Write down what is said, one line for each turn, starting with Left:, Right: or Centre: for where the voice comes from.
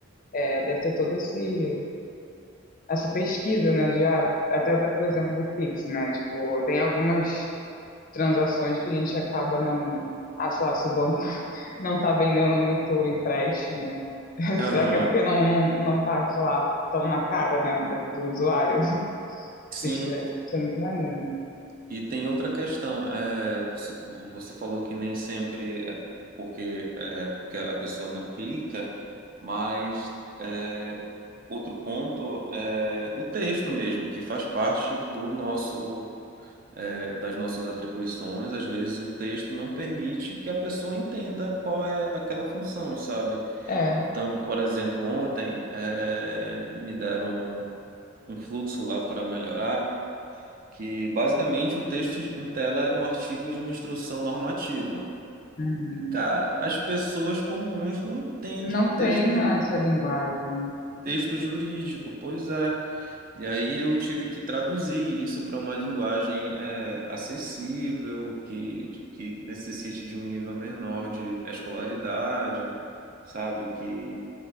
Left: é, deve ter todo esse, essa pesquisa, né? De, ah, até o exemplo do Pix, né? Tipo, tem algumas transações que a gente acaba não. Ah, sei lá, se o banco <laughs> não tá vendendo muito empréstimo, <laughs>
Right: Aham.
Left: será que é porque não, não, não tá, sei lá, tão na cara, né, da- do usuário? <laughs>
Right: Sim,
Left: Se tiver, isso é muito maneiro, né?
Right: e tem outra questão. É, você, você falou que nem sempre é po- porque, é porque a pessoa não clica, mas é, outro ponto é o texto mesmo, que faz parte do nosso. é, das nossas atribuições, às vezes o texto não permite que a pessoa entenda qual é aquela função, sabe?
Left: É.
Right: Então, por exemplo, ontem é, me deram um fluxo lá para melhorar, que basicamente o texto em tela era um artigo de uma instrução normativa.
Left: Uhum.
Right: E, cara, as pessoas comuns não entendem
Left: Não
Right: texto,
Left: tem, né,
Right: ju-
Left: essa linguagem.
Right: texto jurídico, pois é. E aí eu tive que traduzir isso para uma linguagem é, acessível, que, que necessite de um nível menor de escolaridade, sabe? Que